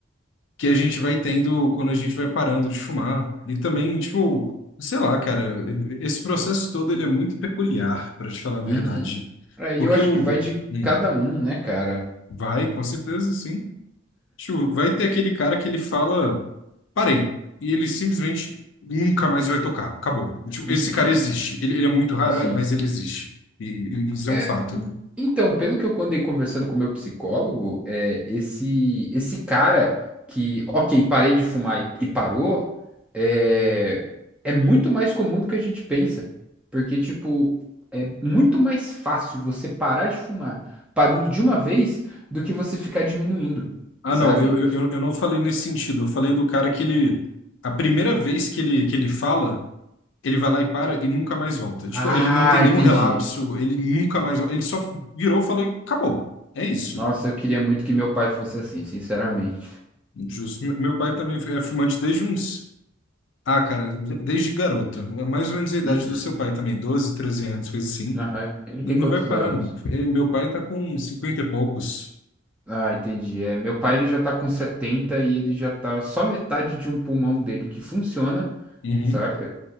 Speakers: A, on the left (about 70°); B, in the centre.
A: que a gente vai tendo quando a gente vai parando de fumar. E também, tipo, sei lá, cara, esse processo todo ele é muito peculiar, para te falar a verdade.
B: Uhum. É,
A: Porque
B: e eu acho
A: o
B: que vai de
A: hum,
B: cada um, né, cara?
A: vai, com certeza, sim. Tipo, vai ter aquele cara que ele fala, parei, e ele simplesmente nunca mais vai tocar, acabou. Tipo,
B: Uhum.
A: esse cara existe. Ele, ele é muito raro,
B: Sim,
A: é, mas
B: sim.
A: ele existe. E, e isso
B: É,
A: é um fato.
B: en- então, pelo que eu andei conversando com o meu psicólogo, é, esse, esse cara que, ok, parei de fumar e, e parou, é, é muito mais comum do que a gente pensa. Porque, tipo, é muito mais fácil você parar de fumar parando de uma vez do que você ficar diminuindo,
A: Ah,
B: sabe?
A: não, eu, eu, eu eu não falei nesse sentido. Eu falei do cara que ele. A primeira vez que ele, que ele fala. Ele vai lá e para e nunca mais volta. Tipo,
B: Ah,
A: ele não tem nenhum
B: entendi.
A: relapso, ele nunca mais. Ele só virou, falou e acabou. É isso.
B: Nossa, eu queria muito que meu pai fosse assim, sinceramente.
A: Justo. Me- Meu pai também é fumante desde uns. Ah, cara, desde garoto. É Mais ou menos a idade
B: Uhum.
A: do seu pai também, 12, 13 anos, coisa assim.
B: Aham. Ele tem
A: Ele
B: quantos
A: não vai parar
B: anos?
A: nunca. Ele- meu pai tá com 50 e poucos.
B: Ah, entendi. É, meu pai ele já tá com 70 e ele já tá só metade de um pulmão dele que funciona,
A: Uhum.
B: saca?